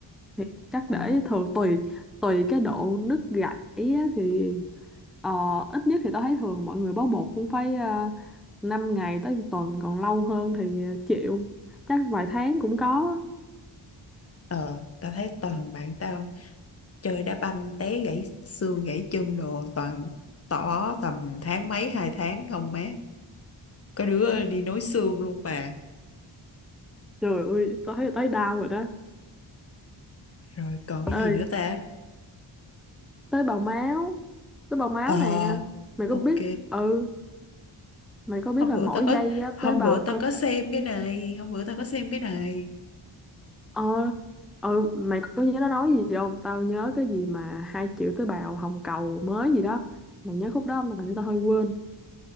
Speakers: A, in the centre; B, on the left.
A: thì chắc
B: ồ,
A: để thường tùy tùy cái độ nứt gãy á, thì ờ, ít nhất thì tao thấy thường mọi người bó bột cũng phải uh, 5 ngày tới một tuần còn lâu hơn thì ờ, chịu chắc vài tháng cũng có
B: ờ, tao thấy toàn bạn tao chơi đá banh té gãy xương gãy chân đồ toàn tỏ tầm tháng mấy hai tháng không má. có đứa ờ, đi nối xương luôn bà
A: trời ơi tao thấy tao đau rồi đó
B: rồi còn cái
A: Ê,
B: gì nữa ta
A: tới bào máu tới bào máu
B: ờ
A: nè mày
B: ok
A: có biết ừ mày có biết
B: hôm
A: là
B: bữa
A: mỗi
B: tao có
A: giây á,
B: hôm
A: tế bào
B: bữa tao
A: cơ
B: có xem cái này hôm bữa tao có xem cái này
A: ờ ừ mày có nhớ nó nói gì không tao nhớ cái gì mà hai triệu tế bào hồng cầu mới gì đó mày nhớ khúc đó không tao hình như tao hơi quên